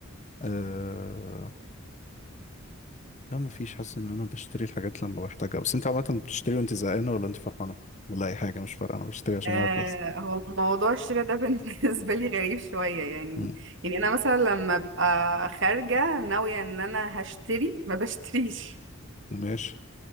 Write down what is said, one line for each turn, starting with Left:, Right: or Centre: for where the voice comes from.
Left: أه... لا مفيش حاسس إن أنا بشتري الحاجات لما بحتاجها بس أنت عامة بتشتري وأنت زهقانة ولا أنت فرحانة ولا أي حاجة مش فارقة أنا بشتري عشان
Right: آه
Left: معايا فلوس
Right: هو موضوع الشراء ده <laughs> بالنسبة لي غريب شوية يعني
Left: مم.
Right: يعني أنا مثلا لما ببقى خارجة ناوية إن أنا هشتري ما بشتريش
Left: ماشي